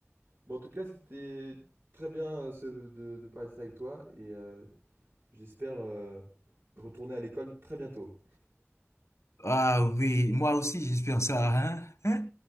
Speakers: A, on the right; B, on the left.
A: Bon, en tout cas, c'était très bien euh, ce- de, de parler de ça avec toi. Et euh, j'espère euh, retourner à l'école très bientôt.
B: Ah oui, moi aussi, j'espère ça, hein? Hein?